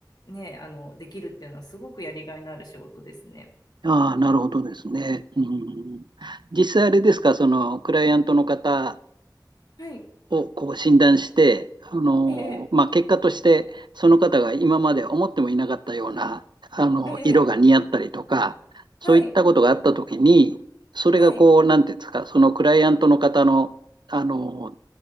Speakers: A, on the left; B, on the right.
A: ね、あの、できるっていうのはすごくやりがいのある仕事ですね。
B: ああ、なるほどですね。うん、実際あれですか、そのクライアントの方
A: はい。
B: をこう診断して、あのーまあ、
A: ええ、
B: 結果としてその方が今まで思ってもいなかったような、あの色が似合ったりとか、
A: ええ、
B: そういったことがあったときに、
A: はい、
B: それがこう、
A: はい、はい。
B: なんていうんですか、そのクライアントの方の、あのー